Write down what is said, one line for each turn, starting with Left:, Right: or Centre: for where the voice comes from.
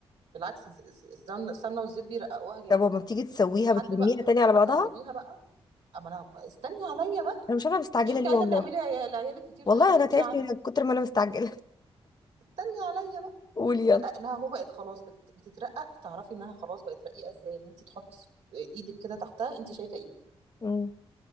Right: بالعكس الز- الز- الزمن- السمنة والزيت بيرققوها جامد
Left: طب وما بتيجي تسويها
Right: لحد
Left: بتلميها
Right: بقى
Left: تاني على
Right: اما
Left: بعضها
Right: تعمليها بقى اما انا استني عليا بقى
Left: انا مش عارفه مستعجله
Right: مش انت
Left: ليه
Right: عايزه
Left: والله
Right: تعملي يا- لعيالك كتير
Left: والله
Right: زي اللي دقتيه
Left: انا تعبت
Right: عندي
Left: من <laughs> كتر ما انا مستعجله
Right: استني عليا بقى
Left: <laughs> قولي يلا
Right: لا انها هو بقت خلاص بت... بتترقق تعرفي انها خلاص بقت رقيقه ازاي ان انت تحطي س- ايدك كده تحتها انت شايفه ايدك
Left: مم.